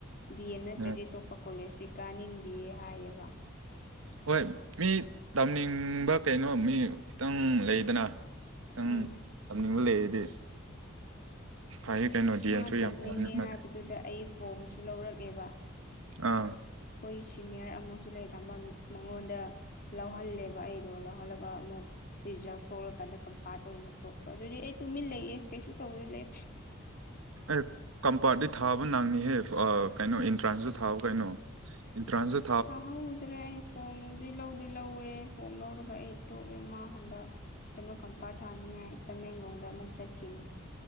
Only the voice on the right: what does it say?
ꯎꯝ
ꯍꯣꯏ ꯃꯤ ꯇꯝꯅꯤꯡꯕ ꯀꯩꯅꯣ ꯃꯤ ꯈꯤꯇꯪ ꯂꯩꯗꯅ꯫ ꯇꯪ
ꯇꯝꯅꯤꯡꯕ ꯂꯩꯔꯗꯤ, ꯐꯥꯏꯌꯦ ꯀꯩꯅꯣ꯫ ꯗꯤ
ꯑꯦꯝꯁꯨ
ꯌꯥꯝ ꯄꯥꯝꯅ ꯃꯥꯜꯂꯦ
ꯑꯪ
ꯑꯦ ꯀꯝꯄꯥꯔꯇꯤ ꯊꯥꯕ ꯅꯪꯉꯤꯍꯦ ꯀꯩꯅꯣ ꯑꯦꯟꯇ꯭ꯔꯥꯟꯁꯇꯣ ꯊꯥꯎ ꯀꯩꯅꯣ ꯏꯟꯇ꯭ꯔꯥꯥꯟꯇ